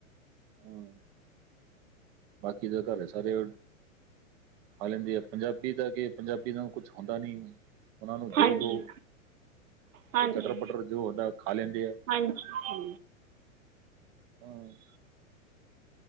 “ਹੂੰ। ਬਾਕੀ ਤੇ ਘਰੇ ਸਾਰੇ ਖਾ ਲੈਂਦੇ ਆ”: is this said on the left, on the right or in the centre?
Right